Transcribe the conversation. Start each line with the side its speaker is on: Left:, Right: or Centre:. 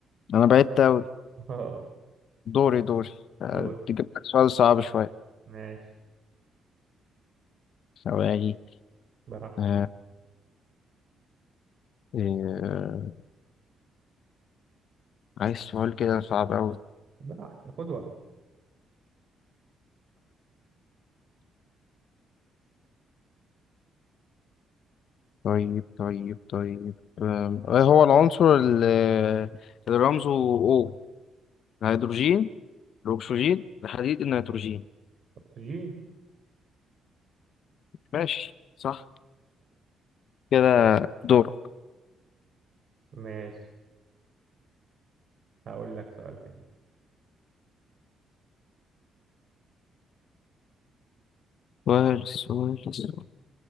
Left: انا بعدت اوي
Right: اه
Left: دوري دوري آه،
Right: دول
Left: تجيب لك سؤال صعب شوية
Right: ماشي
Left: ثواني
Right: براحتك
Left: آه، إيه، آه، عايز سؤال كده صعب اوي
Right: براحتك خد وقت
Left: طيب طيب طيب أم، ايه هو العنصر اللي اللي رمزه O الهيدروجين الأكسجين الحديد النيتروجين
Right: أكسجين
Left: ماشي صح كده دور
Right: ماشي هقول لك سؤال حلو
Left: سؤال سؤال سؤال.